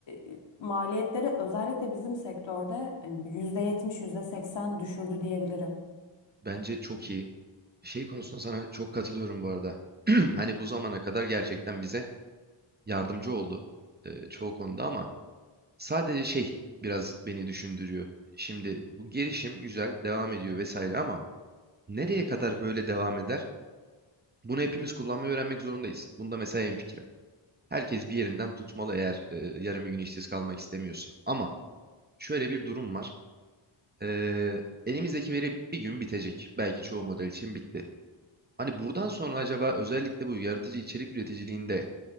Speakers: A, on the left; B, on the right.
A: e, maliyetleri özellikle bizim sektörde hani %70, %80 düşürdü diyebilirim.
B: Bence çok iyi. Şey konusunda sana çok katılıyorum bu arada. <clears throat> Hani bu zamana kadar gerçekten bize yardımcı oldu e, çoğu konuda ama sadece şey biraz beni düşündürüyor. Şimdi bu gelişim güzel devam ediyor vesaire ama nereye kadar böyle devam eder? Bunu hepimiz kullanmayı öğrenmek zorundayız. Bunda mesela hemfikirim. Herkes bir yerinden tutmalı eğer e, yarın bir gün işsiz kalmak istemiyorsa. Ama şöyle bir durum var. E, elimizdeki veri bir gün bitecek. Belki çoğu model için bitti. Hani buradan sonra acaba özellikle bu yaratıcı içerik üreticiliğinde